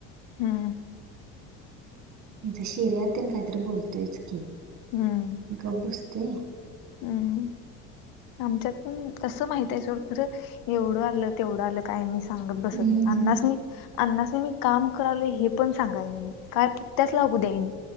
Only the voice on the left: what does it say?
हम्.
हम्म.
हम्म आमच्यात पण कसं माहित आहे. सोडं खरं एवढं आलं. तेवढं आलं काय मी सांगत बसत
नाही अण्णा च नाही. अण्णास मी काम करावले हे पण सांगायन मी काय त्याच लागू द्या म.